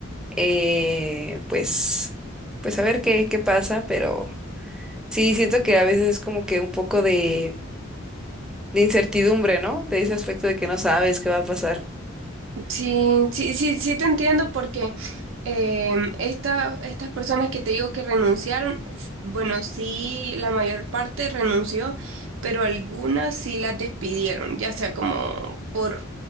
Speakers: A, in the centre; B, on the right (about 75°).
A: eh, pues pues a ver qué, qué pasa, pero... Sí, siento que a veces es como que un poco de, de incertidumbre, ¿no? De ese aspecto de que no sabes qué va a pasar.
B: Sí, sí, sí, sí te entiendo porque em, esta- estas personas que te digo que renunciaron, s- bueno, sí, la mayor parte renunció, pero algunas sí las despidieron, ya sea como por